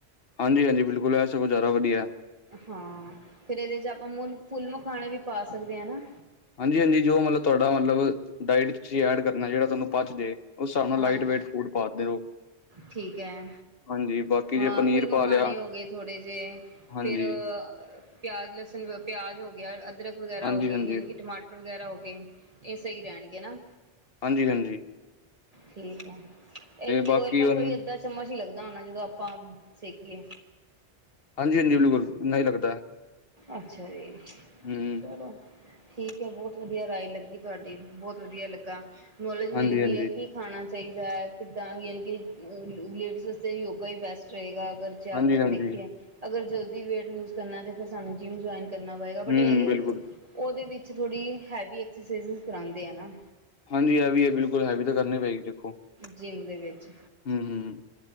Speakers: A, on the left; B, on the right.
A: ਹਾਂਜੀ- ਹਾਂਜੀ ਬਿਲਕੁਲ ਇਹ ਸਗੋਂ ਜ਼ਿਆਦਾ ਵਧੀਆ ਆ।
B: ਹਾਂ ਫਿਰ ਇਹਦੇ 'ਚ ਆਪਾਂ ਮੁੱਲ ਫੁੱਲ ਮਖਾਣੇ ਵੀ ਸਕਦੇ ਨਾ।
A: ਹਾਂਜੀ- ਹਾਂਜੀ ਜੋ ਮਤਲਬ ਤੁਹਾਡਾ ਮਤਲਬ ਡਾਇਟ 'ਚ ਤੁਸੀਂ ਐਡ ਕਰਨਾ ਜਿਹੜਾ ਤੁਹਾਨੂੰ ਪਚਜੇ। ਉਸ ਹਿਸਾਬ ਨਾਲ
B: ਹਾਂਜੀ
A: ਲਾਈਟ ਵੇਟ ਫੂਡ ਪਾ ਦਿਓ।
B: ਠੀਕ ਹੈ
A: ਹਾਂਜੀ ਬਾਕੀ
B: ਹਾਂ
A: ਜੇ ਪਨੀਰ
B: ਫੁੱਲ
A: ਪਾ
B: ਮਖਾਣੇ
A: ਲਿਆ
B: ਹੋ ਗਏ ਥੋੜ੍ਹੇ ਜਿਹੇ।
A: ਹਾਂਜੀ,
B: ਫਿਰ ਪਿਆਜ, ਲਸਣ, ਪਿਆਜ ਹੋ ਗਿਆ। ਅਦਰਕ ਵਗੈਰਾ
A: ਹਾਂਜੀ-ਹਾਂਜੀ।
B: ਹੋ ਗਈ ਯਾਨੀ ਕਿ ਟਮਾਟਰ ਵਗੈਰਾ ਹੋ ਗਏ। ਇਹ ਸਹੀ ਰਹਿਣਗੇ ਨਾ।
A: ਹਾਂਜੀ- ਹਾਂਜੀ
B: ਠੀਕ ਐ ਤੇ ਇਹਦੇ ਵਿੱਚ
A: ਬਾਕੀ
B: ਉਹੀ ਬਸ
A: ਹੁਣ
B: ਉਹੀ ਚਮਚ ਹੀ ਲੱਗਦਾ ਹੋਣਾ ਜਦੋਂ ਆਪਾਂ ਸੇਕੀਏ।
A: ਹਾਂਜੀ- ਹਾਂਜੀ ਬਿਲਕੁਲ ਇੰਨਾ ਹੀ ਲੱਗਦਾ।
B: ਅੱਛਾ ਜੀ
A: ਹੂੰ,
B: ਚਲੋ। ਠੀਕ ਐ ਬਹੁਤ ਵਧੀਆ ਰਾਏ ਲੱਗੀ ਤੁਹਾਡੀ। ਬਹੁਤ ਵਧੀਆ ਲੱਗਾ। ਨੌਲੇਜ ਮਿਲ
A: ਹਾਂਜੀ-ਹਾਂਜੀ,
B: ਗਈ ਹੈ ਕਿ ਖਾਣਾ ਚਾਹੀਦਾ ਐ। ਕਿੱਦਾਂ ਯਾਨੀ ਕੀ ਲੇਡੀਜ਼ ਵਾਸਤੇ ਯੋਗਾ ਹੀ ਬੈਸਟ ਰਹੇਗਾ ਅਗਰ ਜ਼ਿਆਦਾਤਰ
A: ਹਾਂਜੀ-ਹਾਂਜੀ,
B: ਵੇਖੀਏ। ਅਗਰ ਜਲਦੀ ਵੇਟ ਲੂਜ ਕਰਨਾ ਫਿਰ ਸਾਨੂੰ ਜਿੰਮ ਜੁਆਨ ਕਰ ਕਰਨਾ ਪਏਗਾ। ਬਟ
A: ਹੂੰ,
B: ਇਹ ਹੈ
A: ਹੂੰ,
B: ਕਿ
A: ਬਿਲਕੁਲ,
B: ਉਹਦੇ ਵਿੱਚ ਥੋੜ੍ਹੀ ਹੈਵੀ ਐਕਸਰਸਾਇਜ ਕਰਾਂਦੇ ਆ ਨਾ।
A: ਹਾਂਜੀ ਹੈਵੀ ਆ। ਬਿਲਕੁਲ ਹੈਵੀ ਤਾਂ ਕਰਨੀ ਪਏਗੀ ਦੇਖੋ।
B: ਜਿੰਮ ਦੇ ਵਿੱਚ
A: ਹੂੰ ਹੂੰ